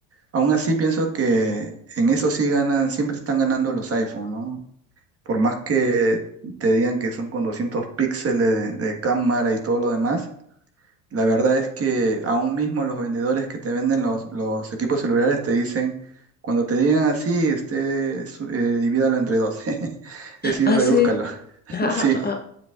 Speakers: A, on the right; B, on the left.
A: aún así pienso que en eso sí ganan, siempre están ganando los iPhone, ¿no? Por más que te digan que son con 200 píxeles de, de cámara y todo lo demás, la verdad es que aún mismo los vendedores que te venden los, los equipos celulares te dicen, cuando te digan así, usted su- eh, divídalo entre dos, <laughs> es decir,
B: Ah,
A: redúzcalo.
B: sí.
A: <laughs>
B: <laughs>
A: Sí.